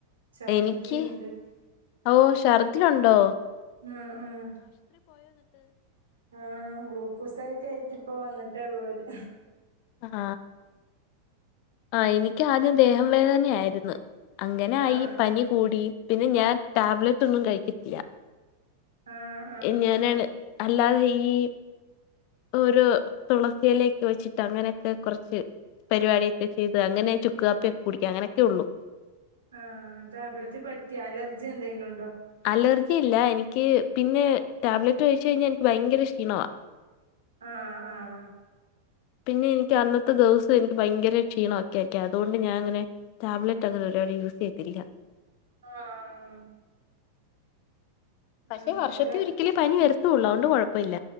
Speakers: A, on the right; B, on the left.
A: ഛർദിയുണ്ട്
B: എനിക്ക് ഓ ഷർദിയുണ്ടോ
A: ആഹ് ആഹ് ആഹ ഗ്ലൂക്കോസൊക്കെ കേറ്റി ഇപ്പ വന്നിട്ടേള്ളൂഓര്
B: ആഹ ആഹ എനിക്ക് ആദ്യം ദേഹം വേദനയായിരുന്നു അങ്ങനെ
A: ആഹ്
B: ആയി പനി കൂടി പിന്നെ ഞാൻ ടാബ്ലറ്റ് ഒന്നും കഴിക്കത്തില്ല
A: ആഹ
B: എ ഞാനാണ് അല്ലാതെ ഈ ഓരോ തുളസിയിലേക്ക് വെച്ചിട്ട് അങ്ങനെയൊക്കെ കുറച്ച് പരിപാടിയൊക്കെ ചെയ്ത് അങ്ങനെ ചുക്ക് കാപ്പിയൊക്കെ കുടിക്കു അങ്ങനൊക്കെ ഉള്ളു
A: ആഹ ടാബ്ലറ്റ് പറ്റി അലർജി എന്തെങ്കിലും ഉണ്ടോ
B: അലർജി ഇല്ല. എനിക്ക് പിന്നെ ടാബ്ലറ്റ് കഴിച്ച് കഴിഞ്ഞാ എനിക്ക് ഭയങ്കര ക്ഷീണവാ
A: ആഹ് ആഹ്
B: പിന്നെ എനിക്ക് അന്നത്തെ ദിവസം എനിക്ക് ഭയങ്കര ക്ഷീണവൊക്കെ അക്കെ അതുകൊണ്ട് ഞാൻ അങ്ങനെ ടാബ്ലറ്റ് അങ്ങനെ ഒരുപാട് യൂസ് ചെയ്യത്തില്ല
A: ആഹ്
B: പക്ഷെ
A: ആഹ്
B: വർഷത്തി
A: അല്ല
B: ഒരിക്കലേ പനി വെരുത്തൊള്ളൂ അതൊണ്ട് കൊഴപ്പില്ല